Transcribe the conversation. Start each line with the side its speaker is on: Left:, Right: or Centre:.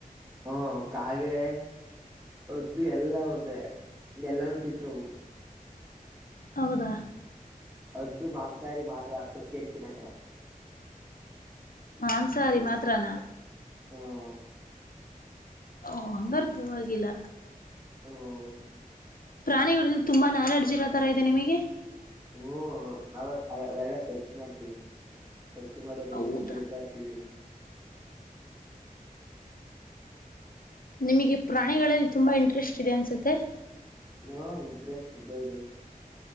Right: ಹ್ಮ -ಕಾಗೆ ಹದ್ದು ಎಲ್ಲ ಒಂದೇ. ಎಲ್ಲಾನು ತಿಂತವು.
Left: ಹೌದಾ.
Right: ಅದ್ದು ಮಾಂಸಾರಿ ಮಾದ ಸಸ್ಯರಿತಿನಕರ.
Left: ಮಾಂಸಾಹಾರಿ ಮಾತ್ರನಾ.
Right: ಹುಂ-.
Left: ಓ- ಹಂಗಾರ ಪರವಾಗಿಲ್ಲ
Right: ಹ. -
Left: ಪ್ರಾಣಿಗಳದ್ದು ತುಂಬಾ ನಾಲೆಡ್ಜ್ ಇರ ತರ ಇದೆ ನಿಮಗೆ.
Right: ಹ್ಮ್- ನಾವ ಅವೇ ಅವೆಲ್ಲ ಸರ್ಚ್ ಮಾಡ್ತೀವಿ. ಸ್ವಚ್ಛ ಮಾಡಿ ಅದ್ರ
Left: ಹೌದಾ
Right: ಬಗ್ಗೆ ತಿಳ್ಕಾ ಹಕ್ತೀವಿ.
Left: ನಿಮಗೆ ಪ್ರಾಣಿಗಳಲ್ಲಿ ತುಂಬಾ ಇಂಟ್ರೆಸ್ಟ್ ಇದೆ ಅನ್ಸುತ್ತೆ.
Right: ಹಾ ಇಟ್ರೆಷ್ಟ ತುಂಬ ಇದೆ